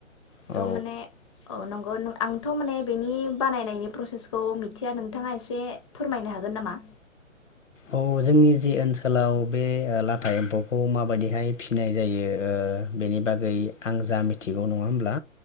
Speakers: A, on the left; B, on the left.
A: औ
B: थ' माने औ नंगौ नं आंथ' माने बेनि बानायनायनि प्रसेसखौ मिथिया नोंथाङा एसे फोरमायनो हागोन नामा?
A: औ जोंनि जि ओनसोलाव बे लाथा एम्फौखौ माबायदिहाय फिनाय जायो। ओ बेनि बागै आं जा मिथिगौ नङा होमब्ला।